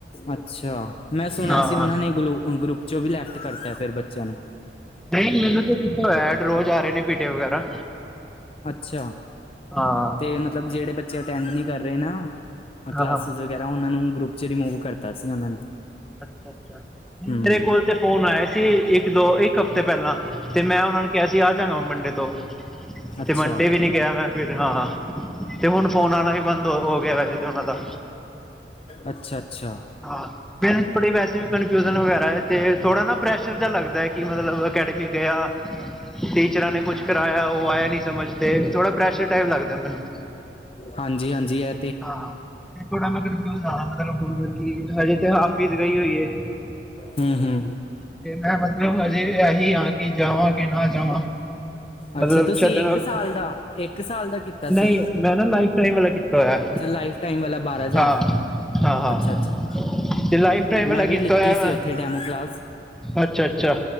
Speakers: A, on the left (about 30°); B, in the centre.
A: ਅੱਛਾ, ਮੈਂ ਸੁਣਿਆ
B: ਹਾਂ
A: ਸੀ ਉਹਨਾਂ ਨੇ ਗਲੂ ਗਰੁੱਪ ਚੋਂ ਵੀ ਲੈਫਟ ਕਰਤਾ ਫਿਰ ਬੱਚਿਆਂ ਨੂੰ।
B: ਨਹੀਂ ਮੈਨੂੰ ਤੇ ਕਿੱਥੋਂ ਐਡ ਰੋਜ਼ ਆ ਰਹੇ ਨੇ ਪੀਡੇ ਵਗੈਰਾ
A: ਅੱਛਾ,
B: ਹਾਂ
A: ਤੇ ਮਤਲਬ ਜਿਹੜੇ ਬੱਚੇ ਅਟੈਂਡ ਨਹੀਂ ਕਰ ਰਹੇ ਨਾ
B: ਹਾਂ
A: ਕਲਾਸਿਸ,
B: ਹਾਂ
A: ਵਗੈਰਾ ਉਹਨਾਂ ਨੂੰ ਗਰੁੱਪ ਚ ਰਿਮੂਵ ਕਰਤਾ ਸੀ ਉਹਨਾਂ ਨੇ।
B: ਅੱਛਾ-ਅੱਛਾ, ਨੲੀ
A: ਹੂੰ
B: ਮੇਰੇ ਕੋਲ ਤੇ ਫੋਨ ਆਏ ਸੀ ਇੱਕ ਦੋ ਇੱਕ ਹਫ਼ਤੇ ਪਹਿਲਾਂ ਤੇ ਮੈਂ ਉਹਨਾਂ ਨੂੰ ਕਿਹਾ ਸੀ ਆ ਜਾਗਾ ਮੰਡੇ ਤੋਂ।
A: ਅੱਛਾ
B: ਤੇ ਮੰਡੇ ਵੀ ਨੀ, ਕਿਹਾ ਮੈਂ ਫਿਰ ਹਾਂ, ਤੇ ਹੁਣ ਫੋਨ ਆਉਣਾ ਵੀ ਬੰਦ ਹੋ ਹੋ ਗਿਆ ਵੈਸੇ ਤੇ ਉਹਨਾਂ ਦਾ।
A: ਅੱਛਾ-ਅੱਛਾ।
B: ਹਾਂ। ਮੈਨੂੰ ਬੜੀ ਵੈਸੇ ਵੀ ਕਨਫਿਊਜਨ ਵਗੈਰਾ ਤੇ ਥੋੜਾ ਨਾ ਪ੍ਰੈਸ਼ਰ ਜਿਹਾ ਲੱਗਦਾ ਹੈ ਕਿ ਮਤਲਬ ਅਕੈਡਮਿਕ ਗਿਆ। ਟੀਚਰਾਂ ਨੇ ਕੁਛ ਕਰਾਇਆ ਉਹ ਆਇਆ ਨੀ ਸਮਝ ਤੇ ਥੋੜਾ ਪ੍ਰੈਸ਼ਰ ਟਾਈਪ ਲੱਗਦਾ ਮੈਨੂੰ।
A: ਹਾਂਜੀ-ਹਾਂਜੀ ਐ,
B: ਹਾਂ। ਥੋੜਾ ਮਦਦ ਮਤਲਬ ਹਜੇ ਤੇ ਹਾਫੀਜ਼ ਗਈ ਹੋਈ ਹੈ।
A: ਹੂੰ-ਹੂੰ।
B: ਤੇ ਮੈਂ ਮਤਲਬ ਅਜੇ ਇਹੀ ਹਾਂ ਕਿ ਜਾਵਾ ਕਿ ਨਾ ਜਾਵਾ। ਮਤਲਬ
A: ਅੱਛਾ ਤੁਸੀਂ
B: ਛੱਡਣ,
A: ਇੱਕ ਸਾਲ ਦਾ ਇੱਕ ਸਾਲ ਦਾ ਕੀਤਾ
B: ਨਹੀਂ
A: ਸੀ
B: ਮੈਂ ਨਾ ਲਾਈਫ ਟਾਈਮ ਵਾਲਾ ਕੀਤਾ ਹੋਇਆ।
A: ਅੱਛਾ ਲਾਈਫ ਟਾਈਮ ਵਾਲਾ ਬਾਰਾਂ ਹਜ਼ਾਰ
B: ਹਾਂ ਹਾਂ ਹਾਂ
A: ਅੱਛਾ ਅੱਛਾ
B: ਲਾਈਫ ਟਾਈਮ ਵਾਲਾ
A: ਮੈਂ
B: ਕੀਤਾ
A: ਵੀ ਲਿੱਤੀ
B: ਹੋਇਆ
A: ਸੀ
B: ਮੈਂ।
A: ਉੱਥੇ ਡੈਮੋ ਕਲਾਸ
B: ਅੱਛਾ-ਅੱਛਾ।